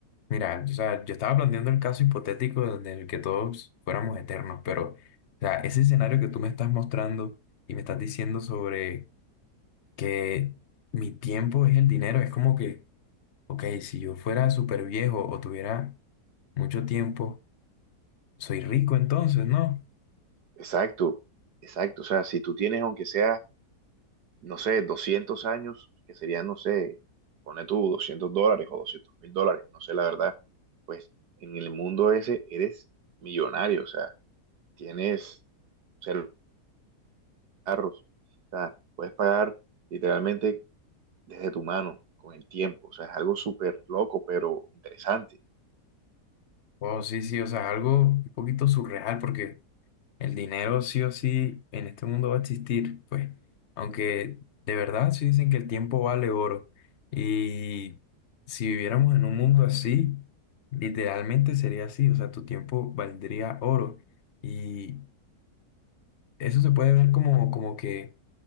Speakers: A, on the left; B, on the right.
A: Mira, o sea, yo estaba planteando el caso hipotético donde en el que todos fuéramos eternos, pero, o sea, ese escenario que tú me estás mostrando y me estás diciendo sobre que mi tiempo es el dinero, es como que, ok, si yo fuera súper viejo o tuviera mucho tiempo, Soy rico entonces, ¿no?
B: Exacto, exacto. O sea, si tú tienes, aunque sea, no sé, 200 años, que serían, no sé, pone tú 200 dólares o doscientos mil dólares, no sé la verdad, pues en el mundo ese eres millonario. O sea, tienes, o sea, carros. O sea, puedes pagar literalmente desde tu mano, con el tiempo. O sea, es algo súper loco, pero interesante.
A: Oh, sí, sí, o sea, algo un poquito surreal porque el dinero sí o sí en este mundo va a existir, pues, aunque de verdad sí dicen que el tiempo vale oro y si viviéramos en un mundo así, literalmente sería así, o sea, tu tiempo valdría oro y eso se puede ver como, como que